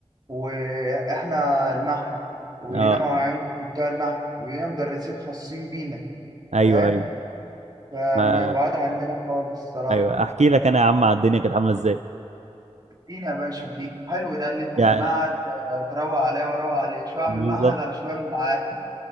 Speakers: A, on the right; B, on the right.
A: واحنا المعهد ولينا
B: اه
A: مواعيد في بتوع المعهد ولينا مدرسين خاصين بينا
B: ايوه
A: فاهم
B: ايوه
A: فبعاد
B: ما
A: عننا خالص الصراحه
B: ايوه احكي لك انا يا عم على الدنيا كانت عامله ازاي
A: ادينا يا باشا ادينا حلو ده ان انت
B: يعني
A: في المعهد آه، تروق عليا واروق عليك شويه
B: بالظبط
A: من المعهد على شويه من العاهد